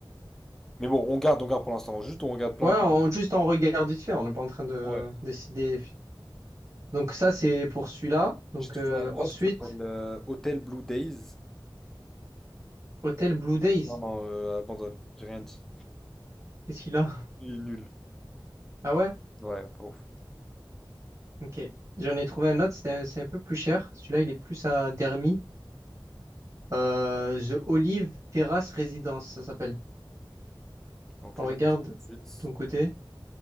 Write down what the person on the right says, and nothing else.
Ouais,
on, juste en regarde vite fait, on n'est pas en train de
décider. Donc, ça, c'est pour celui-là. Donc,
euh,
ensuite,
hôtel Blue Days.
Qu'est-ce qu'il a?
Ah ouais?
Ok. J'en ai trouvé un autre, c'était- c'est un peu plus cher. Celui-là, il est plus à Dermy. Euh, The Olive Terrace Residence, ça s'appelle.
On
regarde
ton côté.